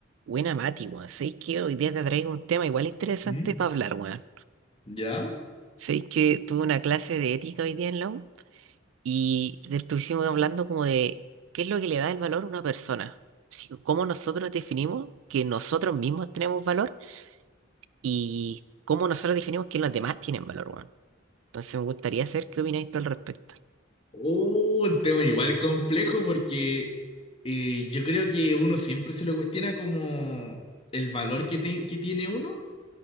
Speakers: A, on the right (about 75°); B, on the left (about 30°).
A: Buena Mati, weón. Sabéis que hoy día te traigo un tema igual interesante
B: ¿Mm?
A: para hablar, weón.
B: ¿Ya?
A: Sabéis que tuve una clase de ética hoy día en la U y estuvimos hablando como de qué es lo que le da el valor a una persona. Si- cómo nosotros definimos que nosotros mismos tenemos valor y cómo nosotros definimos que los demás tienen valor, weón. Entonces me gustaría saber qué opináis tú al respecto.
B: Oh, un tema igual complejo porque eh, yo creo que uno siempre se lo cuestiona como el valor que, te- que tiene uno,